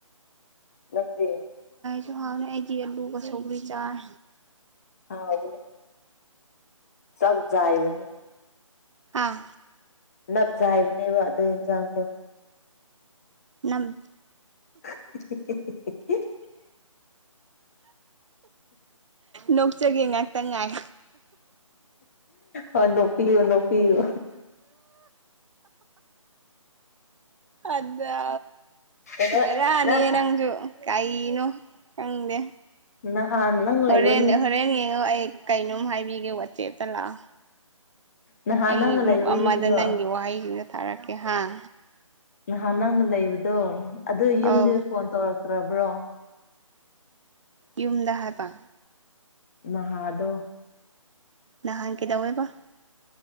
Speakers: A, on the left (about 30°); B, on the right (about 60°).
A: ꯅꯗ
B: ꯁꯨ ꯍꯥꯎꯅꯤ ꯑꯩꯗꯤ ꯑꯂꯨꯒ ꯁꯒꯔꯤ ꯆꯥꯏ
A: ꯍꯕꯅꯦ ꯆꯥꯛꯖꯏꯕ
B: ꯑꯥ
A: ꯅꯞꯖꯥꯏꯕꯅꯦꯕ ꯑꯗꯨ ꯌꯦꯟꯖꯥꯡꯗꯣ
B: ꯅꯪ
A: <inaudible>
B: ꯅꯣꯛꯆꯒꯦ ꯉꯥꯛꯇ ꯉꯥꯏ
A: ꯑꯣ ꯅꯣꯛꯄꯤꯌꯨ ꯅꯣꯛꯄꯤꯌꯨ
B: ꯑꯗ
A: ꯀꯩꯅꯣ
B: ꯕꯔꯅꯤꯌꯦ
A: ꯅꯪ
B: ꯅꯪꯁꯨ ꯀꯩꯅꯣ ꯈꯪꯗꯦ
A: ꯅꯍꯥꯟ ꯅꯪ ꯂꯩꯕ
B: ꯍꯣꯔꯦꯟ ꯍꯣꯔꯦꯟ ꯌꯦꯡꯉꯣ ꯑꯩ ꯀꯩꯅꯣꯝ ꯍꯥꯏꯕꯤꯒꯦ ꯋꯥꯆꯦꯠꯇ ꯂꯥꯛꯑꯣ
A: ꯅꯍꯥꯟ
B: ꯑꯩꯒꯤ
A: ꯅꯪꯅ ꯂꯩꯕ
B: ꯒ꯭ꯔꯨꯞ ꯑꯃꯗ
A: ꯌꯨꯝꯗꯣ
B: ꯅꯪꯒꯤ ꯋꯥꯍꯩꯁꯤꯡꯗ ꯊꯥꯔꯛꯀꯦ ꯍꯥꯥ
A: ꯅꯍꯥꯟ ꯅꯪꯅ ꯂꯩꯕꯗꯣ ꯑꯗꯨ ꯌꯨꯝꯗꯤ
B: ꯑꯧ
A: ꯐꯣꯟ ꯇꯧꯔꯛꯇ꯭ꯔꯕ꯭ꯔꯣ
B: ꯌꯨꯝꯗ ꯍꯥꯏꯕ
A: ꯃꯍꯍꯥꯗ
B: ꯅ ꯍꯥꯟꯪ ꯀꯗ ꯑꯣꯏꯣꯏꯕ